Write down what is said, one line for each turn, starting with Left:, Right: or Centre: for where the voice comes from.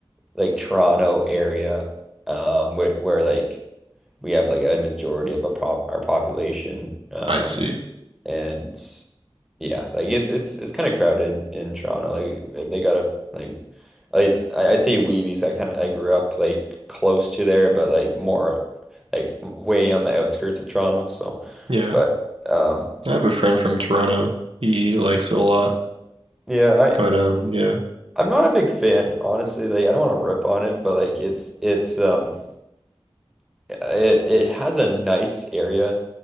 Centre: like Toronto area, um, where where like we have like a majority of our pop our population, um,
Right: I see.
Centre: and Yeah, like it's it's it's kind of crowded in in Toronto. Like like, they gotta like at least I, I say we because I kind of I grew up like close to there, but like more like way on the outskirts of Toronto. So,
Right: Yeah,
Centre: but um
Right: I have a friend from Toronto. He likes it a lot,
Centre: yeah, I
Right: but um, yeah.
Centre: I'm not a big fan honestly. Like I don't want to rip on it, but like it's it's um it, it has a nice area